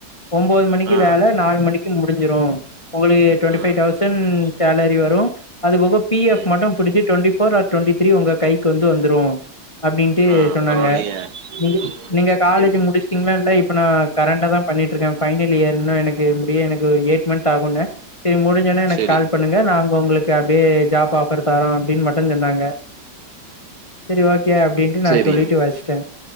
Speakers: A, on the left; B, on the right.
A: ஒம்போது மணிக்கி
B: ஆ
A: வேல நால் மணிக்கி முடிஞ்சிரு உங்களுக்கு டொன்டிஃபை
B: ஆ
A: தௌசன் சேலரி வரு அது போக பி எஃப்
B: ம்
A: மட்டு புடிச்சி twenty four or twenty three உங்க கைக்கு வந்து வந்த்ரு அப்டின்ட்டு
B: ஆ
A: சொன்னாங்க
B: பரவாயில்லையே
A: நீங்க
B: ம்,
A: நீங்க காலேஜ
B: எது-
A: முடிஷ்
B: எது?
A: டீங்னா இல்ல இப்ப நா கரன்ட்டா தா பண்ணிட்ருக்க ஃபைனல் இயர்ன்னு எனக்கு முடிய எனக் கு எய்ட் மந்த் ஆகுன்ன செரி முடிஞ்சொன்னே எனக்கு
B: சரி
A: கால் பண்ணுங்க நாங்க உங்களுக்கு அப்டியே ஜாப் ஆப் ஃபர் தரோ அப்டின் மட்டஞ் சொன்னாங்க செரி ஓகே அப்டின் நா
B: சரி
A: சொல்லிட்டு வஸ்டே